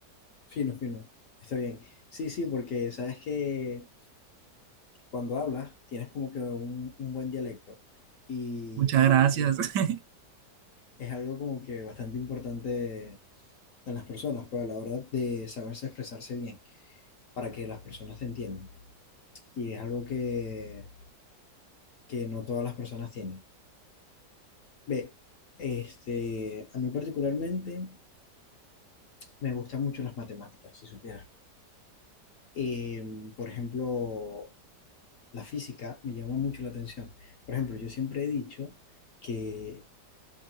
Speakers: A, on the left; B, on the right.
A: Fino, fino. Está bien. Sí, sí, porque sabes que cuando hablas tienes como que un, un buen dialecto y
B: Muchas gracias.
A: y
B: <laughs>
A: es algo como que bastante importante en las personas, pues a la hora de saberse expresarse bien, para que las personas te entiendan. Y es algo que, que no todas las personas tienen. Ve, este, a mí particularmente me gustan mucho las matemáticas, si supieras. Em, por ejemplo, la física me llama mucho la atención. Por ejemplo, yo siempre he dicho que